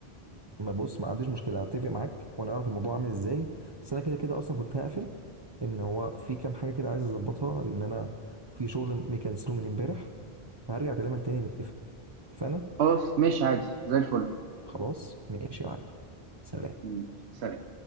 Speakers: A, on the right; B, on the right.
A: ما بص ما عنديش مشكله هتفق معاك ونعرف الموضوع عامل ازاي بس انا كده كده اصلا كنت هقفل ان هو في كام حاجه كده عايز اظبطها لان انا في شغل مكنسله من امبارح فهرجع اكلمك تاني نتفق اتفقنا
B: خلاص ماشي عادي زي الفل
A: خلاص ماشي يا معلم سلام
B: مم. سلام